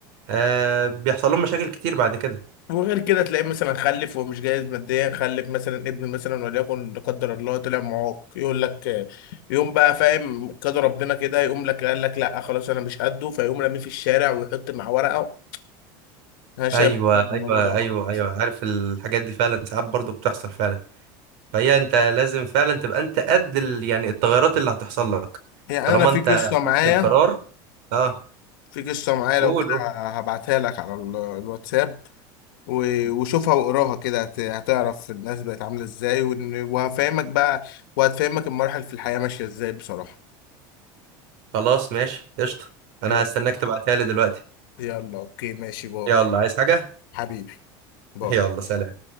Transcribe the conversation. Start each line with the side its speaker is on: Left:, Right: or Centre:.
Right: آه بيحصل لهم مشاكل كتير بعد كده
Left: وغير كده تلاقيه مثلا خلف ومش جاهز ماديا خلف مثلا ابن مثلا وليكن لا قدر الله طلع معاق يقول لك آه، يوم بقى فاهم قدر ربنا كده يقوم لك قال لك لا خلاص انا مش قده فيقوم راميه في الشارع ويحط مع ورقه انا شايف
Right: ايوه
Left: برضه إن الموضوع
Right: ايوه
Left: ده غلط
Right: ايوه ايوه عارف الحاجات دي فعلا ساعات برضو بتحصل فعلا فهي انت لازم فعلا تبقى انت قد ال... يعني التغيرات اللي هتحصل لك
Left: يعني
Right: طالما
Left: انا في
Right: انت
Left: قصه معايا
Right: خدت القرار اه
Left: في قصه معايا
Right: قول
Left: لو كده
Right: قول
Left: هبعتها لك على ال- الواتساب و- وشوفها واقراها كده هت- هتعرف الناس بقت عامله ازاي وإن- وهفهمك بقى وهتفهمك المراحل في الحياه ماشيه ازاي بصراحه
Right: خلاص ماشي قشطه انا
Left: يلا
Right: هستناك تبعتها لي دلوقتي
Left: يلا اوكي ماشي بابا
Right: يلا عايز حاجه
Left: حبيبي بابا
Right: يلا سلام